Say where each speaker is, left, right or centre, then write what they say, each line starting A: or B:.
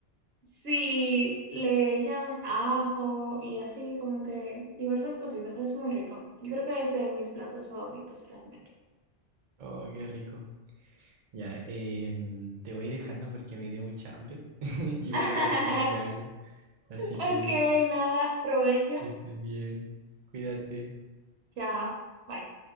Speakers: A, on the right; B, on the right.
A: Sí, le echan ajo y así como que diversas cositas, es muy rico. Yo creo que es de mis platos favoritos realmente.
B: Oh, qué rico. Ya, em, te voy dejando porque me dio mucha hambre <laughs> y
A: <laughs>
B: voy a ir a cocinarme algo. Así
A: Ok,
B: que
A: nada, provecho.
B: que estés bien. Cuídate.
A: Chao. Bye.